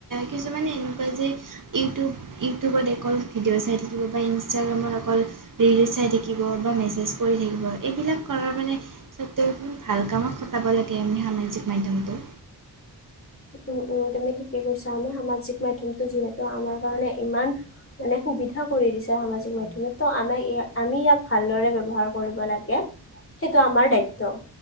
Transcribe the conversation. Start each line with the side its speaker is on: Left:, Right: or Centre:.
Right: কিছুমানে ইউটোবত অকল ভিডিঅ'চাই থাকিব‌ পাৰে ইনচট্টেগ্ৰ্যাট অকল ৰিলচ চাই থাকিব বা মেছেজ কৰি থাকিব এইবিলাক কৰাৰ মানে সত্বে ভাল কামত কটাব লাগে সামাজিক মাধ্যমটো
Left: উম উম তুমি ঠিকে কৈছা আমি সামাজিক মাধ্যমটো যিহেতু আমাৰ কাৰণে ইমান মানে <unintelligible> সুবিধা কৰি দিছে সামাজিক মাধ্যমে ত' আমাক আমি ইয়াক ভালদৰে ব্যৱহাৰ কৰিব লাগে সেইটো আমাৰ দায়িত্ব